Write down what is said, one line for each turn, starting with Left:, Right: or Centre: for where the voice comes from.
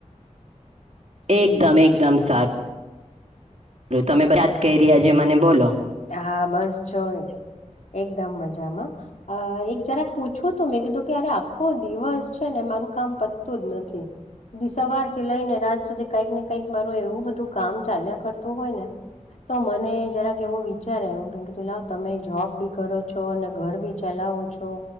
Right: એકદમ એકદમ સા રુ તમે યાદ કઇરી આજે મને બોલો.
Left: હા બસ જોય એકદમ મજામાં. અ એક જરાક પૂછવું તું મેં કીધું કે અરે આખો દિવસ છે ને મારું કામ પતતું જ નથી. દિ સવાર થી લઈ ને રાત સુધી કઈક ને કઈક મારું એવું બધું કામ ચાલ્યા કરતું હોય ને તો મને જરાક એવો વી ચાર આઈવો કેમ કે તમે જોબ બી કરો છો અને ઘર બી ચલાવો છો.